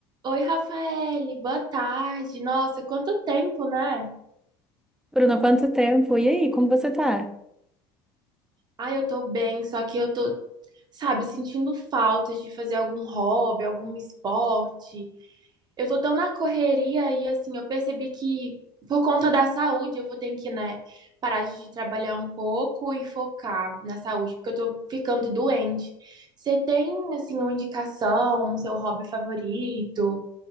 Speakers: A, on the right (about 40°); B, in the centre.
A: Oi, Rafaele, boa tarde. Nossa, quanto tempo, né?
B: Bruno, quanto tempo? E aí, como você tá?
A: Ai, eu tô bem, só que eu tô, sabe, sentindo falta de fazer algum hobby, algum esporte. Eu tô tão na correria e, assim, eu percebi que, por conta da saúde, eu vou ter que, né, parar de trabalhar um pouco e focar na saúde, porque eu tô ficando doente. Você tem, assim, uma indicação, um seu hobby favorito,